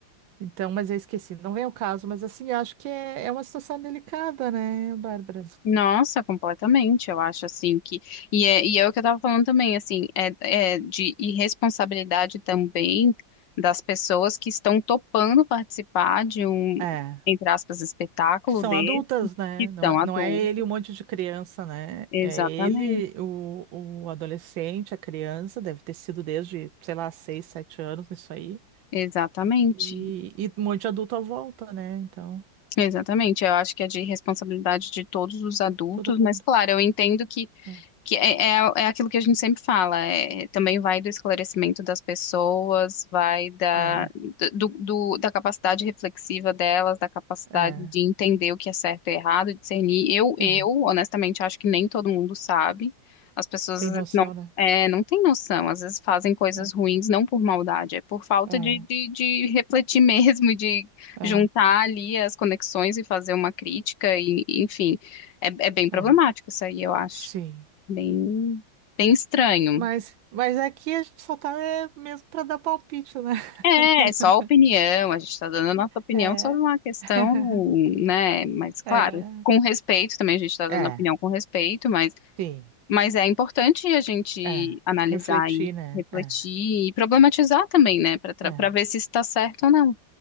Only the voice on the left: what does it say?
Nossa, completamente. Eu acho assim que. E é, e é o que eu tava falando também, assim, é, é de irresponsabilidade também das pessoas que estão topando participar de um,
entre aspas, espetáculo
Que
são
a
dor.
Exatamente,
exatamente.
Exatamente, eu acho que é de responsabilidade de todos os adultos,
mas
claro, eu entendo que
Que é, é, é aquilo que a gente sempre fala, é, também vai do esclarecimento das pessoas, vai da,
do, do- da capacidade reflexiva delas, da capacidade
de entender o que é certo e errado, discernir. Eu,
eu, honestamente, acho que nem todo mundo sabe. As pessoas
às
vezes, não,
é, não têm noção, às vezes fazem coisas
ruins não por maldade, é por falta
de, de, de refletir <laughs> mesmo, de
juntar ali as conexões e fazer uma crítica, e, enfim, é, é bem problemático
isso aí, eu acho.
Bem, bem estranho.
É, é só a opinião, a gente está dando a nossa opinião
sobre uma questão,
né? Mas, claro,
com respeito também, a gente está dando
opinião com respeito, mas,
mas é importante a gente
analisar
e
refletir
e problematizar também, né? Para
para ver se está certo ou não.